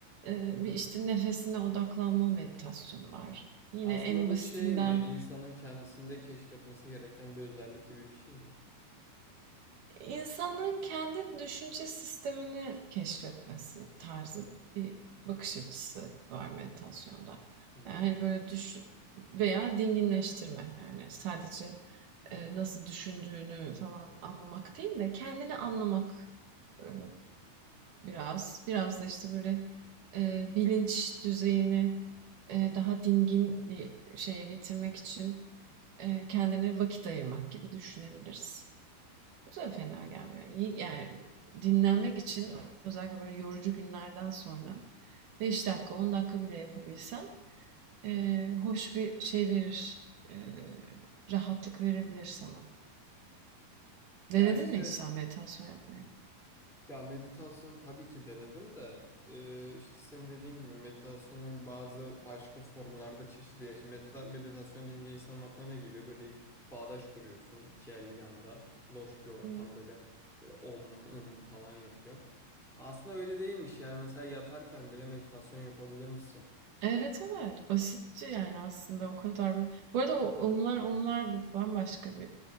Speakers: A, on the right; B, in the centre.
A: eee, bir, işte, nefesine odaklanma meditasyonu var. Yine
B: Aslında
A: en
B: bu
A: basitinden,
B: şey mi? İnsanın kendisinde keşfetmesi gereken bir özellik gibi bir şey mi?
A: İnsanın kendi düşünce sistemini keşfetmesi tarzı bir bakış açısı var meditasyonda.
B: Hmm.
A: Yani hani böyle düş veya dinginleştirme yani sadece e, nasıl düşündüğünü falan anlamak değil de kendini anlamak e, biraz biraz da işte böyle e, bilinç düzeyini e, daha dingin bir şeye getirmek için e, kendine vakit ayırmak gibi düşünebiliriz. Bu da fena gelmiyor. İyi, yani dinlenmek için özellikle böyle yorucu günlerden sonra 5 dakika 10 dakika bile yapabilsen eee, hoş bir şey verir. eee, rahatlık verebilir sana.
B: Ya
A: Denedin
B: işte
A: mi hiç sen meditasyon yapmayı?
B: Ya meditasyon tabii ki denedim de eee, işte senin dediğin gibi meditasyonun bazı başka formlarda çeşidi ya. Şimdi medita- meditasyon deyince insanın aklına ne geliyor? Böyle bağdaş kuruyorsun iki el yanda loş bir ortam
A: Hmm.
B: böyle böyle om ım falan yapıyorsun. Aslında öyle değilmiş yani mesela yatarken bile meditasyon yapabilir misin?
A: Evet evet basitçe yani aslında o kadar böyle. Bu arada o umlar umlar bambaşka bir